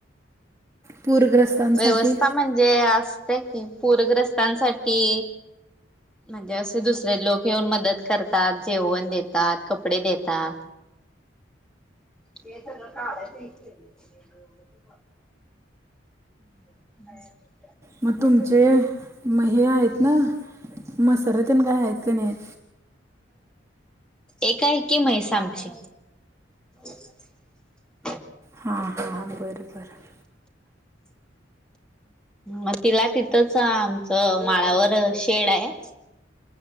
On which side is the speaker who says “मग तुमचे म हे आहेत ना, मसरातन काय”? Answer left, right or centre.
Right